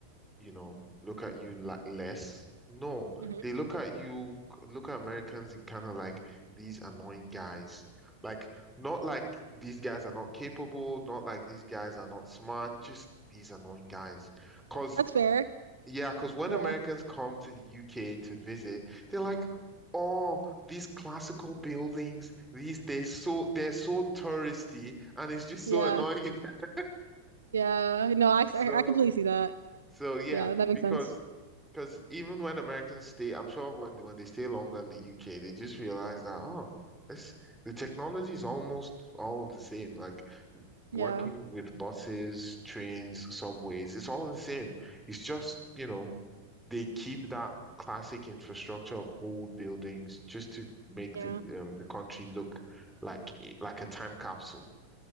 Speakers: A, in the centre; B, on the right.
A: you know, look at you like less? No,
B: hmm
A: they look at you, look at Americans and kind of like these annoying guys. Like, not like these guys are not capable, not like these guys are not smart, just these annoying guys. Because
B: That's fair.
A: yeah, because when
B: Yeah,
A: Americans come to the UK to visit, they're like, oh, these classical buildings, these they're so they're so touristy and it's just
B: yeah,
A: so annoying. <laughs>
B: yeah. No, I,
A: So
B: I, I completely see that.
A: so yeah,
B: Yeah, that makes
A: because
B: sense.
A: because even when Americans stay, I'm sure when they- when they stay longer in the UK, they just realize that oh, it's the technology is almost all the same. Like working
B: Yeah,
A: with buses, trains, subways, it's all the same. It's just, you know. they keep that classic infrastructure of old buildings just to make
B: yeah,
A: the um, the country look like like a time capsule.